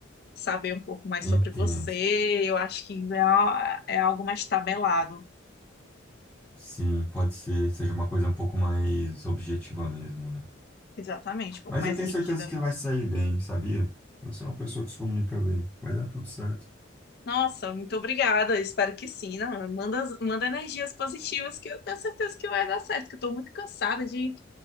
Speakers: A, on the left; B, in the centre.
A: saber um pouco mais
B: entendo.
A: sobre você. Eu acho que é, a- é algo mais tabelado,
B: Sim, pode ser, seja uma coisa um pouco mais objetiva mesmo, né?
A: exatamente, um pouco
B: Mas
A: mais
B: eu tenho
A: rígido
B: certeza
A: ali.
B: que vai sair bem, sabia? Você é uma pessoa que se comunica bem. Vai dar tudo certo.
A: Nossa, muito obrigada. Espero que sim. Não, manda, manda energias positivas, que eu tenho certeza que vai dar certo, que eu estou muito cansada de,